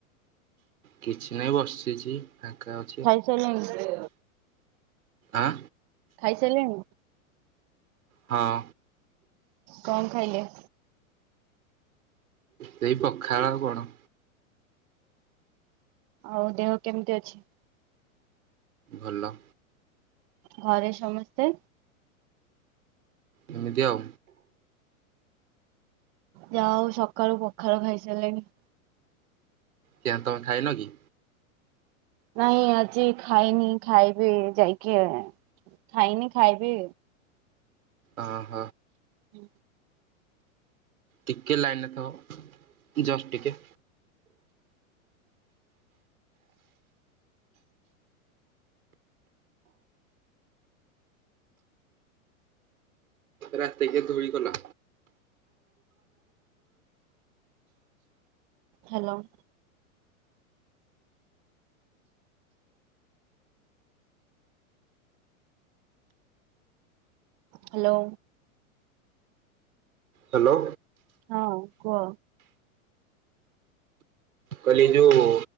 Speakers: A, on the right; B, on the right.
A: କିଛି ନାହିଁ ବସିଛି ଫାଙ୍କା ଅଛି।
B: <inaudible>
A: ଆଁ।
B: ଖାଇସାରିଲେଣି?
A: ହଁ।
B: କଣ ଖାଇଲେ?
A: ସେଇ ପଖାଳ ଆଉ କଣ?
B: ଆଉ ଦେହ କେମିତି ଅଛି?
A: ଭଲ।
B: ଘରେ ସମସ୍ତେ?
A: ଏମିତି ଆଉ
B: ଯା ହଉ ସକାଳୁ ପଖାଳ ଖାଇସାରିଲେଣି।
A: କାଇଁ ତମେ ଖାଇନ କି?
B: ନାଇଁ ଆଜି ଖାଇନି ଖାଇବି ଯାଇକି ଖାଇନି ଖାଇବେ?
A: ଅହ।
B: ହୁଁ
A: ଟିକେ ଲାଇନରେ ଥିବ ଜଷ୍ଟ ଟିକେ ରାତିକି ଗୁଳି କଲା।
B: ହାଲୋ। ହାଲୋ।
A: ହାଲୋ।
B: ହଁ କୁହ?
A: କହିଲି ଏଇ ଯୋଉ